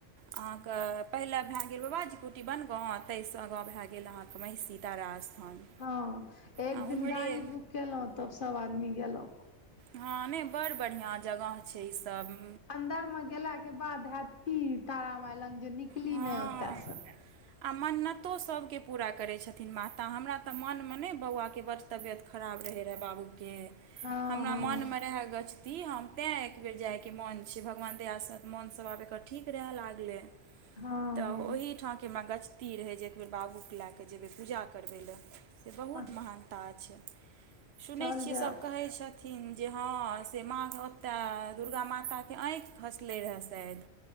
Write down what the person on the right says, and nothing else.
अहाँ क पहिले भेए गेल बाबाजी कुटी बनगाँव, तहि सँ आगाँ भेए गेल अहाँ महिषी तारा स्थान।
आ
ओम्हरे
हां नै बड़ बढ़िया जगह छै ई सब।
हँ
आ मन्नतो सबके पूरा करै छथिन माता हमरा तऽ मन में नै बौआ के बर तबियत खराब रहै रहे बाबू के
हमरा मन मे रहै गछ ती हम तें एक बेेर जाए के मोन छै, भगवान दया से मोन सब आब एकर ठीक रहै लागले।
तब ओहि ठा के हमरा गछ ती रहै जे एक बेर बाबू के लाए कै जेबै पूजा करबै लै। से बहुत
महानता छै, सुनै
छियै
सब कहै छैथ। थिन जे हां से माँ के ओतय दुर्गा माता के ऐंख खसलै रहै शाएद।